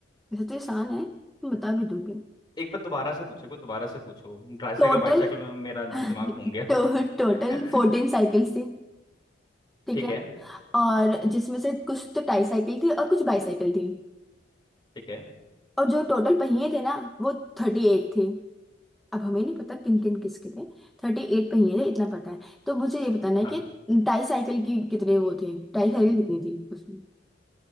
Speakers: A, in the centre; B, on the left.
A: वैसे तो आसान है तुम बता भी दोगे
B: एक बार दोबारा से पूछो एक बार दोबारा से पूछो ट्राईसाइकिल
A: टोटल
B: बाईसाइकिल में मेरा दिमाग
A: तो,
B: घूम गया
A: टोटल
B: <laughs>
A: फोर्टीन साइकिल्स <laughs> थी ठीक
B: ठीक
A: है
B: है
A: और जिसमें से कुछ तो टाई साइकिल थी और कुछ बाईसाइकिल थी
B: ठीक है
A: और जो टोटल पहिए थे ना वो थर्टी एट थे अब हमें नहीं पता किन किन किसके थे थर्टी एट पहिए थे इतना पता है तो मुझे ये बताना है
B: हाँ।
A: कि टाई साइकिल की कितने वो थे टाई साइकिल कितनी थी उसमें